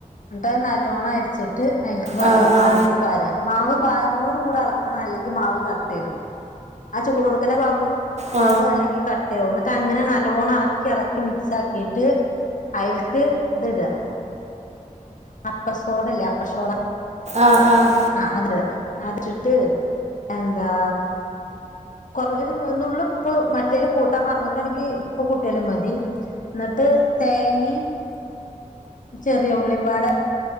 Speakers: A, on the left; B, on the right.
A: ൻട്ട് നല്ലോണ അര്ച്ച്ട്ട് അയിൽക്ക് പാര
B: ആ
A: ഈ മാവിൽക്ക്
B: ആ
A: പാര മാവ് പാര്നോട് കൂടെ എള അല്ലെങ്കിൽ മാവ് കട്ട ആകും ആഹ് ചൂട് കൊടുക്കുന്പാർന്ന
B: ആ
A: മാവ് അല്ലെങ്കിൽ കട്ടയാകും ഇട്ട അങ്ങനെ നല്ലോണം ഇളക്കി ഇളക്കി മിക്സ് ആക്കിയിട്ട് അതിലക്ക് ഇത്ടുക അപ്പസോടല്ലേ അപ്പസോടാ
B: ആഹ് ആഹ്
A: ആഹ് അത് അതിട്ട് എന്താ കൊർ ഒരു നുള്ള് ഇപ്പ് മറ്റേല് കൂട്ടാം മർന്ന്ക്കണെങ്കി ഇപ്പൊ കൂട്ടിയാലും മതി എന്നിട്ട് തേങ്ങയും ചെറിയ ഉള്ളിമ്പാട